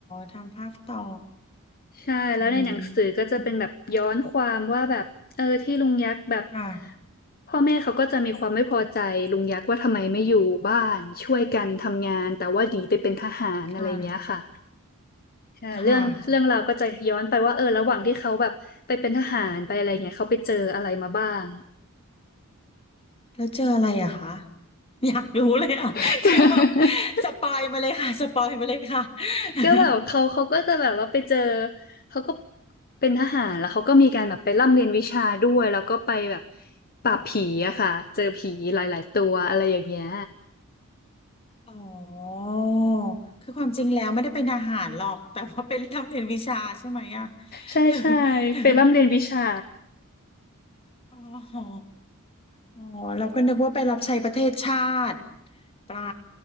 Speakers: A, on the left (about 25°); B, on the left (about 45°).
A: ทำภาพต่อ
B: ใช่แล้วในหนังสือก็จะเป็นแบบย้อนความว่าแบบเออที่ลุงยักษ์แบบ
A: อืมค่ะ
B: พ่อแม่เขาก็จะมีความไม่พอใจลุงยักษ์ว่าทำไมไม่อยู่บ้านช่วยกันทำงานแต่ว่าหนีไปเป็นทหารอะไรอย่างเงี้ยค่ะ
A: ค่ะ
B: อ่าเรื่องเรื่องราวก็จะย้อนไปว่าเออระหว่างที่เขาแบบไปเป็นทหารไปอะไรเงี้ยเขาไปเจออะไรมาบ้าง
A: ค่ะ แล้วเจออะไรอะคะอยากรู้เลยอะ <laughs>
B: <laughs>
A: คือแบบสปอยมาเลยค่ะ <laughs> สปอยมาเลยค่ะ <laughs>
B: ก็แบบเขาเขาก็จะแบบว่าไปเจอเขาก็เป็นทหารแล้วเขาก็มีการแบบไปร่ำเรียนวิชาด้วยแล้วก็ไปแบบปราบผีอะค่ะเจอผีหลายๆตัวอะไรอย่างเงี้ย
A: อ๋อคือความจริงแล้วไม่ได้เป็นทหารหรอกแต่ว่าเป็นร่ำเรียนวิชาใช่ไหมอะ
B: ใช่ใช่
A: หรือ <laughs> หรือ
B: ไปร่ำเรียนวิชา
A: อ๋ออ๋อเราก็นึกว่าไปรับใช้ประเทศชาติเปล่า